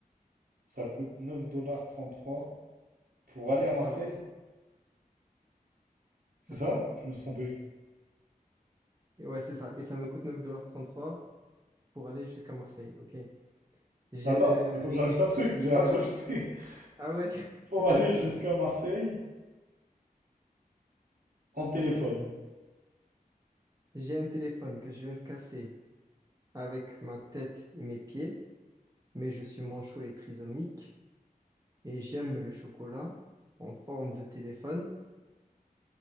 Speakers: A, on the right; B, on the right.
A: Ça coûte neuf dollars trente-trois pour aller à Marseille.
B: Non, et-
A: C'est
B: attends,
A: ça? Je me suis trompé.
B: et ouais, c'est ça, et ça me coûte neuf dollars trente-trois pour aller jusqu'à Marseille, ok. Je,
A: Attends, il faut que
B: j'ai,
A: je rajoute un truc. J'ai rien rajouté.
B: ah ouais, c'est- <laughs>
A: <laughs> Pour
B: vas-y,
A: aller
B: rajoute.
A: jusqu'à Marseille en téléphone.
B: J'ai un téléphone que je viens de casser avec ma tête et mes pieds, mais je suis manchot et trisomique et j'aime le chocolat en forme de téléphone.